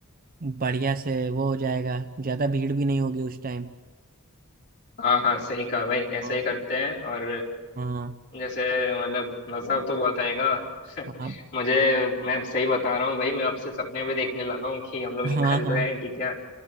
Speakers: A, on the right; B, on the left.
A: बढ़िया से वो हो जाएगा ज़्यादा भीड़ भी नहीं होगी उस टाइम
B: हाँ हाँ सही कहा भाई ऐसा
A: हाँ
B: ही करते हैं और
A: हाँ
B: जैसे मतलब मजा तो बहुत आएगा <laughs>
A: हाँ
B: मुझे मैं सही बता रहा हूँ भाई मैं अब से सपने भी देखने लगा हूँ कि हम लोग निकल
A: हाँ
B: रहे हैं कि क्या